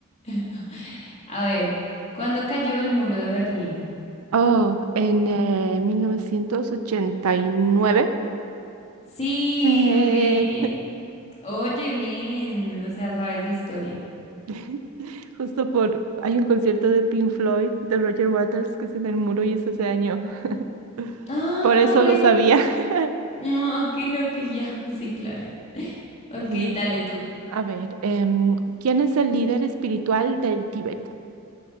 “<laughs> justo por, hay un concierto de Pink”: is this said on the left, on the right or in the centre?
Right